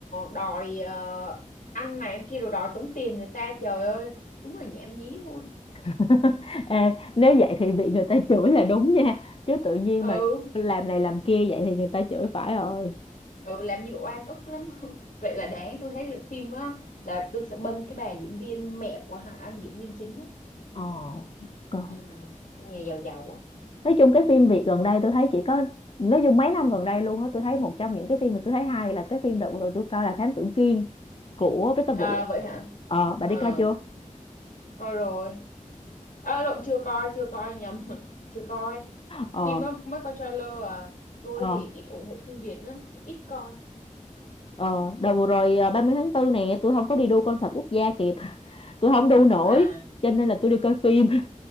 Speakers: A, on the left; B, on the left.
A: đòi ờ, ăn này ăn kia rồi đòi tống tiền người ta trời ơi đúng là nhảm nhí luôn
B: <laughs> Ê, nếu vậy thì bị người ta chửi là đúng nha chứ tự nhiên
A: ừ
B: mà làm này làm kia vậy thì người ta chửi phải rồi
A: ừ làm nhiều oan ức lắm <laughs> vậy là đáng tôi thấy là phim á là tôi sẽ bênh cái bà diễn viên mẹ của hai anh diễn viên chính á
B: Ờ, còn
A: ừ nhà giàu giàu á
B: nói chung cái phim Việt gần đây tôi thấy chỉ có nói chung mấy năm gần đây luôn á tôi thấy một trong những cái phim mà tôi thấy hay là cái phim đợt vừa rồi tôi coi là Thám Tử Kiên của Victor
A: à
B: Vũ
A: vậy hả
B: ờ bà
A: ờ
B: đi coi chưa
A: coi rồi à, lộn chưa coi chưa coi nhầm <laughs> chưa coi
B: ờ
A: phim đó mới coi trailer à tôi
B: ờ
A: thì ít ủng hộ phim Việt lắm ít coi
B: ờ đợt vừa rồi à, 30 tháng 4 nè tôi không có đi đu concert quốc gia kịp <laughs> tôi không đu nổi
A: à
B: cho nên là tôi đi coi phim